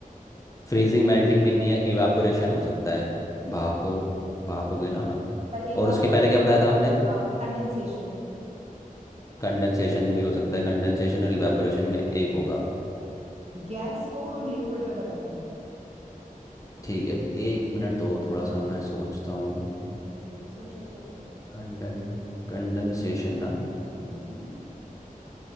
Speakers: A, on the left; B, on the right.
A: फ्रीजिंग मेल्टिंग भी नहीं है इवापोरेशन हो सकता है भाप को भाप हो गया ना
B: पर एक
A: और
B: बात
A: उसके
B: सोचो
A: पहले क्या बताया था आपने
B: कंडेंसेशन
A: कंडेंसेशन भी हो सकता है कंडेंसेशन और इवेपोरेशन में एक होगा
B: गैस को हम लिक्विड में बदल रहे हैं
A: ठीक है एक मिनट दो थोड़ा सा मैं सोचता हूँ
B: हम्म हम्म, सोचो सोचो
A: कंडन कंडेंसेशन ना
B: हम्म